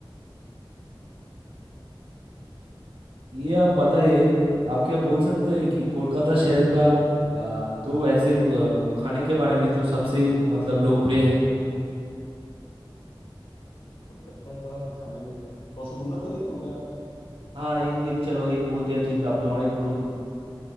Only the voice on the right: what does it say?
ये आप बताइए आप क्या बोल सकते हैं कि कोलकाता शहर का अ, दो ऐसे अ, खाने के बारे में जो सबसे मतलब लोकप्रिय है
हाँ एक एक चलो एक बोल दिया ठीक आपने और एक बोलिए